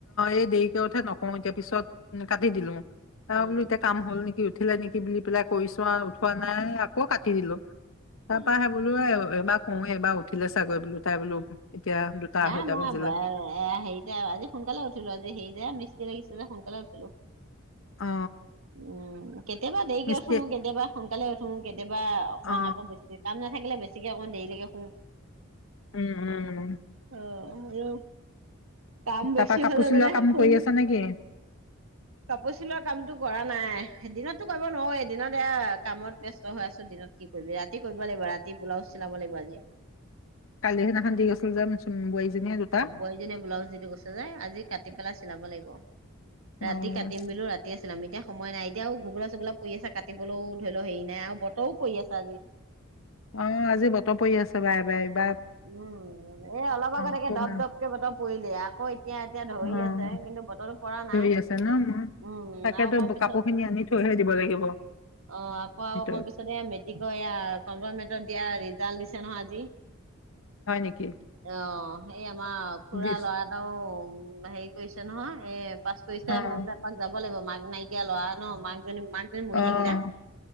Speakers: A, on the left; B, on the right.
A: এই দেৰিকে উঠে নকওঁ এতিয়া। পিছত কাটি দিলোঁ। তাৰ
B: উম
A: বোলো এতিয়া কাম হ'ল নেকি? উঠিলে নি বুলি পেলাই কৰিছোঁ আও উঠোৱা নাই আ ক'ত কাটি দিলোঁ? তাৰপা
B: উম
A: সে বোলো বাৰ ক‌ওঁৱে এইবাৰ উঠিলে চাগৈ বোলো, তাই বোলো এতিয়া দুটা আঢ়ৈটা
B: নাই মই
A: বাজিলে
B: হেৰিতে আজি সোনকালে উঠিলোঁ, আজি হেৰি যে মিস্তি লাগিছে যে, সোনকালে উঠি হ
A: অ
B: <unintelligible> উম! কেতিয়াবা দেৰিকে
A: মিস্ত্ৰী
B: উঠো, কেতিয়াবা সোনকালে উঠো উঠো কে কেতিয়া অকণমান
A: অ
B: আকৌ বেছি, কাম নাথাকিলে বেছি গতিকে অকণ দেৰিলৈকে শুওঁ
A: উম উম
B: অ কাম বেছি
A: তাপা কাপোৰ
B: হলে
A: চিলোৱা
B: মানে
A: কাম
B: শুন
A: কৰি আছ নেকি
B: কাপোৰ চিলোৱা কামতটো কৰা নাই দিনততো কৰিব নোৱাৰয়েই দিনত এয়া কামত ব্যস্ত হৈ আছো দিনত কি কৰিবি ৰাতি কৰিব লাগিব ৰাতি ব্লাউজ চিলাব লাগিব আজি। আহ
A: কালি সেইদিনাখন দি গৈছিল যে চুম- বোৱাৰীজনীয়ে জোতা
B: বোৱাৰীজনীয়ে ব্লাউজ দিথৈ গৈছে যে। আজি কাটি পেলাই চিলাব লাগিব।
A: অ',
B: ৰাতি কাটিম বুলিও ৰাতিয়ে ছেলাম এতিয়া সময় নাই। এতিয়াও ঘুগোলা চুগোলা পৰি আছে কাটিবলৈও ধৰি লও হেৰি নাই আৰু বতৰো পৰি আছে আজি।
A: অ আজি বতৰ পৰি আছে বাৰে বাৰে।
B: উম, এ অলপ আগত
A: আকৌ
B: একে দপ
A: মাৰো
B: দপকে বতৰ পৰিলে। আকৌ এতিয়া এতিয়া ধৰি
A: অ',
B: আছে, কিন্তু বতৰটো পৰা নাই।
A: ধৰি আছে ন মই
B: উম
A: তাকেতো
B: আৰু অকণ পিছত,
A: কাপোৰ খিনি আনি থৈহে দিব লাগিব
B: অ আকৌ আৰু
A: ভিতৰত
B: অক পিছত এ মেটিক এয়া কম্পাল দিয়া ৰিজাল্ট দিছে নহয় আজি।
A: হয় নেকি
B: অ সেই আমাৰ খুড়া
A: দিছ
B: ল'ৰা এটাও হেৰি কৰিছে নহয় এ পাছ কৰিছে
A: অ',
B: মই বোলে এপাক যাব লাগিব। মাক নাইকিয়া ল'ৰা ন মাক মাকজনী মৰি
A: অ', অ',
B: থাকিলে।